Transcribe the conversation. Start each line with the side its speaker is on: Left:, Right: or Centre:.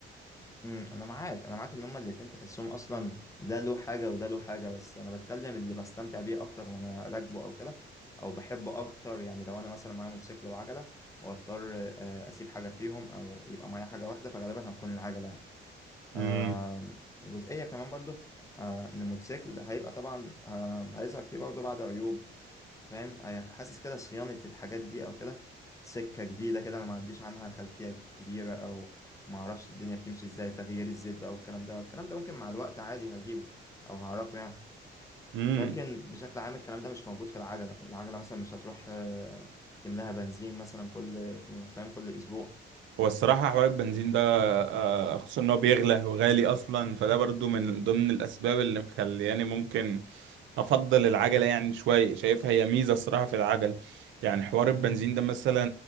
Left: امم انا معاك انا معاك ان هما الاتنين تحسهم اصلا ده له حاجة وده له حاجة بس انا بتكلم اللي بستمتع بيه اكتر وانا راكبه او كده او بحبه اكتر يعني لو انا مثلا معايا موتوسيكل وعجلة واضطر آه، اسيب حاجة فيهم او يبقى معايا حاجة واحدة فغالبا هتكون العجلة يعني.
Right: امم
Left: آه جزئية كمان برضه آه إن الموتوسيكل هيبقى طبعا آه هيظهر فيه برضه بعض عيوب فاهم هي- حاسس كده صيانة الحاجات دي أو كده سكة جديدة كده أنا ما عنديش عنها خلفية كبيرة أو ما أعرفش الدنيا بتمشي إزاي تغيير الزيت بقى والكلام ده الكلام ده ممكن مع الوقت عادي هجيبه أو هعرفه يعني
Right: امم
Left: لكن بشكل عام الكلام ده مش موجود في العجلة العجلة مثلا مش هتروح آه تملاها بنزين مثلا كل فاهم كل أسبوع
Right: هو الصراحة حوار البنزين ده آه، خصوصا ان هو بيغلى وغالي اصلا فده برضو من ضمن الاسباب اللي مخلياني ممكن افضل العجلة يعني شوية شايفها هي ميزة الصراحة في العجل يعني حوار البنزين ده مثلا